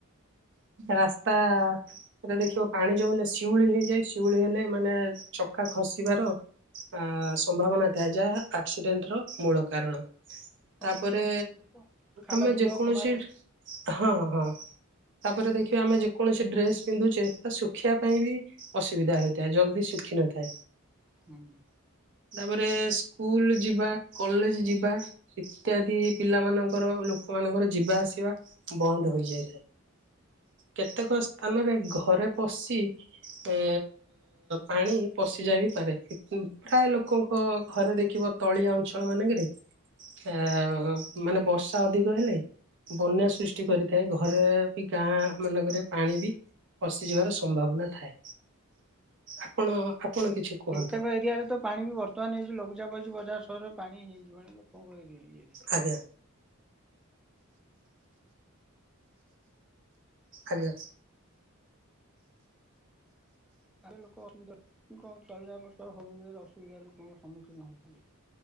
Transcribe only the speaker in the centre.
ସମ୍ମୁଖୀନ
ହୋଇଥାନ୍ତି ଲୋକ ଖାଲ
ଢିପ
କମାରେ
ହୁଁ।
କେତେବେ ଏରିଆରେ ତ ପାଣି ବି ବର୍ତ୍ତମାନ ଏଇ ଯୋଉ ଲଘୁଚାପ ହେଇଛି ବଜାର ସହରରେ ପାଣି ହେଇଯିବଣି ଲୋକଙ୍କ ଇଏରେ
ଲୋକ ଅସୁବିଧା ଲୋକଙ୍କ ଚାଲିବା ପଥ ହଉ ଅସୁବିଧା ଲୋକଙ୍କ ସମ୍ମୁଖୀନ ହଉଛନ୍ତି।